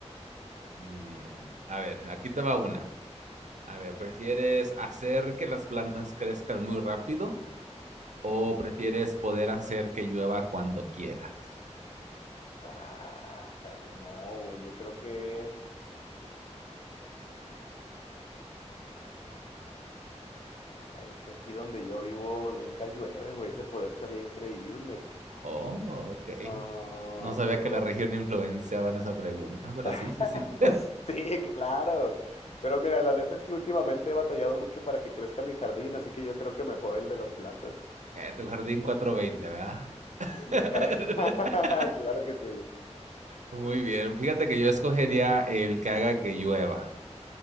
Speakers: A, on the right; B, on the left.
A: Muy bien. A ver, aquí te va una. A ver, ¿prefieres hacer que las plantas crezcan muy rápido ¿O prefieres poder hacer que llueva cuando quieras?
B: Ah, jale, no, güey, yo creo que... Ay, es que aquí donde yo vivo nunca llueve, güey. Ese poder estaría increíble.
A: Oh, ok.
B: Ah,
A: No sabía
B: pero
A: que la región influenciaba en esa pregunta, pero
B: <laughs>
A: sí, sí, sí.
B: sí, claro. Pero mira, la neta es que últimamente he batallado mucho para que crezca mi jardín, así que yo creo que mejor el de las plantas.
A: Eh, tu jardín cuatrocientos veinte, ¿verdad? <laughs>
B: Mi jardín. <laughs> Claro que sí.
A: Muy bien. Fíjate que yo escogería el que haga que llueva,